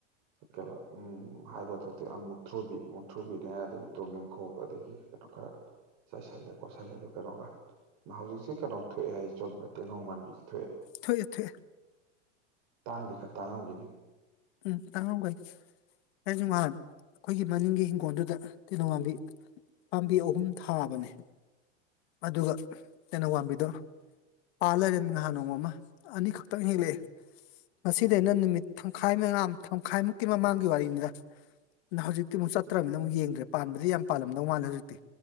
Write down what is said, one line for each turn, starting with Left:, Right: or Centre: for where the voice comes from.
Right: ꯀꯩꯕ ꯎꯝ ꯍꯥꯏꯕꯒꯥ ꯊꯣꯛꯇꯦ ꯃꯨꯛꯊ꯭ꯔꯨꯕꯤ ꯃꯨꯛꯊ꯭ꯔꯨꯕꯤꯅꯦ ꯑꯗꯒꯤ ꯇꯣꯛꯅꯤꯡꯈꯣꯛ ꯑꯗꯒꯤ ꯀꯩꯅꯣ ꯈꯔ ꯆꯥꯏꯁꯜꯂꯦ ꯈꯣꯠꯁꯜꯂꯦ ꯑꯗꯨ ꯀꯩꯅꯣꯒ ꯍꯧꯖꯤꯛꯁꯦ ꯀꯩꯅꯣ ꯊꯣꯛꯑꯦ ꯍꯥꯏ ꯆꯨꯝꯕꯔꯥ ꯇꯦꯡꯅꯧ ꯃꯥꯟꯕꯤꯁꯤ
Left: ꯊꯣꯛꯑꯦ ꯊꯣꯛꯑꯦ
Right: ꯇꯥꯡꯗꯤ ꯈꯔ ꯇꯥꯡꯉꯝꯈꯤꯅꯤ
Left: ꯎꯝ ꯇꯪꯉꯝꯒꯅꯤ ꯑꯩꯁꯨ ꯉꯍꯥꯟ ꯑꯩꯈꯣꯏꯒꯤ ꯃꯅꯤꯡꯒꯤ ꯏꯪꯒꯣꯜꯗꯨꯗ ꯇꯦꯅꯧꯋꯥꯝꯕꯤ ꯄꯥꯝꯕꯤ ꯑꯍꯨꯝ ꯊꯥꯕꯅꯦ ꯑꯗꯨꯒ ꯇꯦꯅꯧ ꯄꯝꯕꯤꯗꯣ ꯄꯥꯜ ꯂꯩꯔꯅꯤ ꯉꯍꯥꯟ ꯅꯣꯡꯃ ꯑꯃ ꯑꯅꯤꯈꯛꯇꯪ ꯍꯦꯛꯂꯛꯑꯦ ꯃꯁꯤꯗ ꯑꯩꯅ ꯅꯨꯃꯤꯠ ꯈꯥꯏꯅ ꯉꯥ ꯊꯃꯥꯈꯥꯏꯃꯨꯛꯀꯤ ꯃꯃꯥꯡꯒꯤ ꯋꯥꯔꯤꯅꯤꯗ ꯍꯧꯖꯤꯛꯇꯤ ꯑꯃꯨꯛ ꯆꯠꯇ꯭ꯔꯅꯤꯅ ꯑꯃꯨꯛ ꯌꯦꯡꯗ꯭ꯔꯦ ꯄꯥꯟꯕꯗꯤ ꯌꯥꯝ ꯄꯥꯜꯂꯝꯗꯧ ꯃꯥꯜꯂꯦ ꯍꯧꯖꯤꯛꯇꯤ